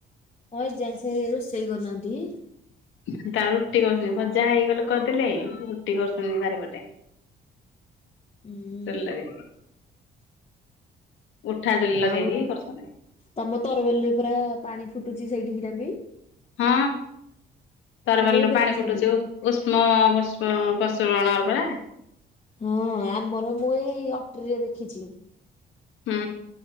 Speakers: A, on the left; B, on the left.
A: ହଁ ଏ ଯାଏଁ ସେ ରୋଷେଇ କରିନାହାନ୍ତି?
B: ତାଙ୍କର ରୁଟି କରୁଛନ୍ତି ଭଜା ହେଇଗଲେ କରିଦେଲେ ରୁଟି କରୁଛନ୍ତି ବାରିପଟେ।
A: ହୁଁ
B: ଚୁଲି ଲଗେଇ କି। ଉଠା ଚୁଲି ଲଗେଇକି
A: ଆଉ
B: କରୁଛନ୍ତି।
A: ତମ ତରବିଲିରେ ପୁରା ପାଣି ଫୁଟୁଛି ସେଇଠି ହିରଣ ଦେଇ?
B: ହଁ ତରବାଲିରୁ
A: ମୁଁ କେବେ ଦେଖିନି।
B: ପାଣି ଫୁଟୁଛି। ଉଷ୍ମ ବସ୍ମ ବସବଣର ପରା।
A: ହଁ ଆମର ମୁଁ ଏଇ ଅଟ୍ରିରେ ଦେଖିଛି।
B: ହୁଁ